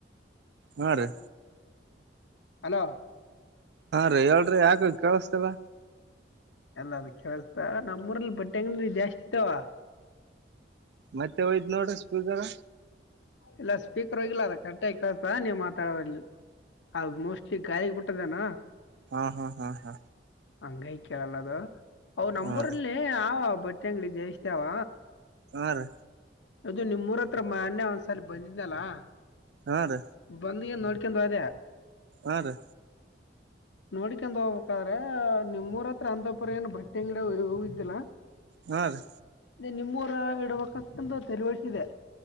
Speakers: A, on the right (about 65°); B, on the left (about 85°).
A: ಹಾ ರೀ
B: ಅಲೋ
A: ಹಾನ್ ರೀ ಹೇಳ್ರಿ ಯಾಕ ಕೇಳಿಸತಲ್ಲ
B: ಅಲ್ಲ ಅದ ಕೇಳ್ತಾ ನಮ್ಮೂರಲ್ಲಿ ಬಟ್ಟೆ ಅಂಗಿ ಜಾಸ್ತಿ ಇತಾವ
A: ಮತ್ತೆ ಒಯ್ದ್ ನೋಡ ಬೂದಾರ
B: ಇಲ್ಲ ಸ್ಪೀಕರ್ ಹೋಗಿಲ್ಲ ಅದ ಕರೆಕ್ಟ್ ಆಗಿ ಕಳತಾ ನೀವ್ ಮಾತಾಡೋ ಇಲ್ಲಿ ಅದು ಮೋಸ್ಟ್ಲಿ ಗಾಯಕಪಟ್ಟದಾನ
A: ಹಾ ಹಾ ಹಾ ಹಾ
B: ಹಂಗೈ ಕೇಳಲ್ಲದು ಅ ನಮ್ಮೂಊರಲ್ಲಿ
A: ಹಾ ರೀ
B: ಏ ಅವ ಬಟ್ಟೆ ಅಂಗಡಿ ಜಯಿಸತೇ ಅವ
A: ಹಾ ರೀ
B: ಅದು ನಿಮ್ರ ಹತ್ರ ಮಾನ್ಯ ಒಂದ್ಸಲ ಬಂದಿದ್ನಲ್ಲಾ
A: ಹಾ ರೀ
B: ಬಂದ ಏನ್ ನೋಡ್ಕೊಂಡ ಅದೇ
A: ಹಾ ರೀ
B: ನೋಡಿಕಂಡ ಹೋಗ್ಬೇಕಾದ್ರ ನಿಮ್ಮ್ರ ಹತ್ರ ಅಂಪುರ ಏನು ಬಟ್ಟೆ ಅಂಗಡ ಇದ್ದಿಲ್ಲಾ
A: ಹಾ ರೀ
B: ನಿಮ್ಮೂರ ಇಡ್ಬೇಕಂತಂದು ತೆರಿವಳಸಿದೆ